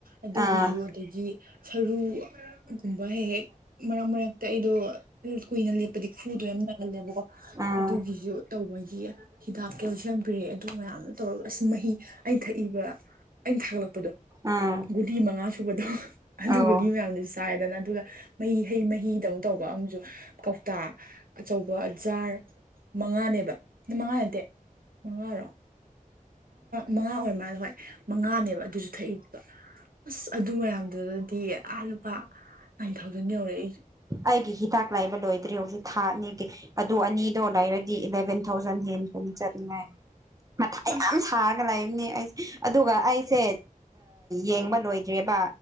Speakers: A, on the right (about 85°); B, on the right (about 25°).
A: ꯑꯗꯨꯒꯤꯁꯨ
B: ꯑꯥ
A: ꯑꯗꯒꯤ ꯁꯔꯨ ꯨꯕꯩ ꯍꯦꯛ ꯍꯦꯛ ꯃꯔꯛ ꯃꯔꯛꯇ ꯑꯩꯗꯣ ꯀꯨꯏꯅ ꯂꯦꯞꯄꯗꯤ ꯈꯨꯗꯣ ꯌꯥꯝ ꯅꯥꯒꯜꯂꯦꯕꯀꯣ
B: ꯑꯥ
A: ꯑꯗꯨꯒꯤꯁꯨ ꯇꯧꯕꯒꯤ ꯍꯤꯗꯥꯛ ꯀꯦꯜꯁꯤꯝ ꯄꯤꯔꯦ ꯑꯗꯨ ꯃꯌꯥꯝꯅ ꯇꯧꯔꯒ ꯑꯁ ꯃꯍꯤ ꯑꯩꯩꯅ ꯊꯛꯏꯕ ꯑꯩꯅ ꯊꯥꯒꯠꯂꯛꯄꯗꯣ
B: ꯑꯥ
A: ꯒꯨꯂꯤ ꯃꯉꯥ ꯁꯨꯕꯗꯣ ꯑꯗꯨꯒꯒꯤ
B: ꯑꯧ
A: ꯃꯌꯥꯝꯗꯨꯁꯨ ꯆꯥꯏꯗꯅ ꯑꯗꯨꯒ ꯃꯍꯤ ꯍꯩ ꯃꯍꯤꯗꯧꯅ ꯇꯧꯕ ꯑꯃꯁꯨ ꯀꯧꯇꯥ ꯑꯆꯧꯕ ꯖꯥꯔ ꯃꯉꯥꯅꯦꯕ ꯃꯉꯥ ꯅꯠꯇꯦ ꯃꯉꯥꯔꯣ ꯃꯉꯥ ꯑꯣꯏꯔ ꯃꯥꯜꯂꯦ ꯍꯣꯏ ꯃꯉꯥꯅꯦꯕ ꯑꯗꯨꯁꯨ ꯊꯛꯏꯕ ꯑꯁ ꯑꯗꯨ ꯃꯌꯥꯝꯗꯨꯗꯗꯤ ꯑꯥ ꯂꯨꯄꯥ ꯅꯥꯏꯟ ꯊꯥꯎꯖꯟ ꯌꯧꯔꯦ ꯑꯩꯒ
B: ꯑꯩꯒꯤ ꯍꯤꯗꯥꯛ ꯂꯥꯏꯕ ꯂꯣꯏꯗ꯭ꯔꯤ ꯍꯧꯖꯤꯛ ꯊꯥ ꯑꯅꯤꯒꯤ ꯑꯗꯨ ꯑꯅꯤꯗꯣ ꯂꯩꯔꯗꯤ ꯏꯂꯚꯦꯟ ꯊꯥꯎꯖꯟ ꯍꯦꯟ ꯀꯅ ꯆꯠꯅꯤꯡꯉꯥꯏ ꯃꯊꯥꯏ
A: ꯑꯁ
B: ꯌꯥꯝ ꯁꯥꯔꯒ ꯂꯩꯕꯅꯤ ꯑꯩ ꯑꯗꯨꯒ ꯑꯩꯁꯦ ꯌꯦꯡꯕ ꯂꯣꯏꯗ꯭ꯔꯦꯕ